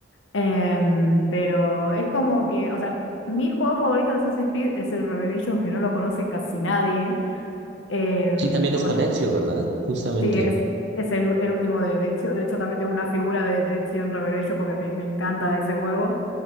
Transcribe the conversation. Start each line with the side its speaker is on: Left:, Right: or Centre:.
Left: Em, pero es como que, o sea, mi juego favorito de Assassin's Creed es el Revelations, que no lo conoce casi nadie. Em,
Right: Sí, también es
Left: o
Right: con
Left: no,
Right: Ezio, ¿verdad? Justamente.
Left: sí, es, es el, u- el último de, de Ezio. De hecho, también tengo una figura de, de Ezio en Revelations porque me, me encanta ese juego.